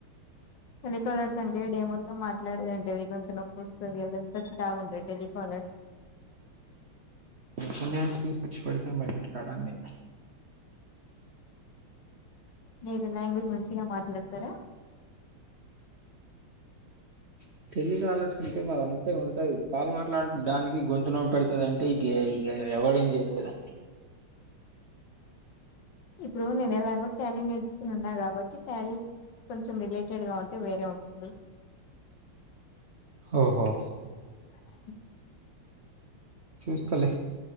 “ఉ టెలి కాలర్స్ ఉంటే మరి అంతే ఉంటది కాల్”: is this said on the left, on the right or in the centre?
Right